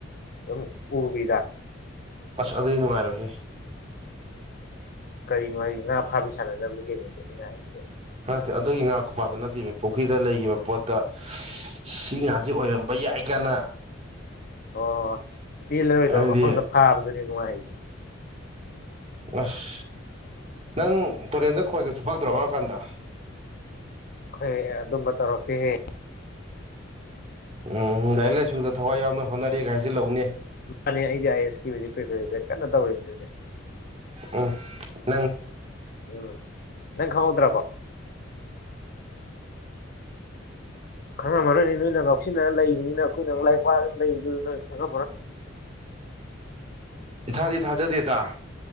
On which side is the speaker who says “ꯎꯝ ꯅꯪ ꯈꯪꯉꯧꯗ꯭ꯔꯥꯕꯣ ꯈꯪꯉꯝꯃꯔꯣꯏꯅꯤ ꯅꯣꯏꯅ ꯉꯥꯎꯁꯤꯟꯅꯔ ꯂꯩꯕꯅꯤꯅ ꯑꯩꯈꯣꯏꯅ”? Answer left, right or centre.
Left